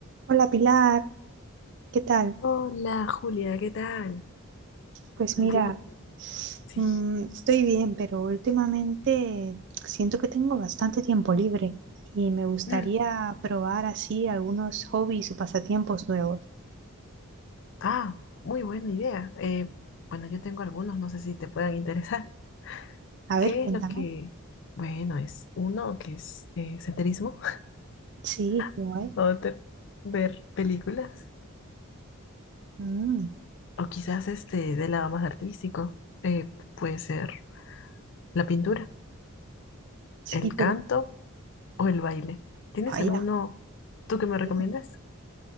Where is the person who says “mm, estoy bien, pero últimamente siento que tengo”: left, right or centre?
Right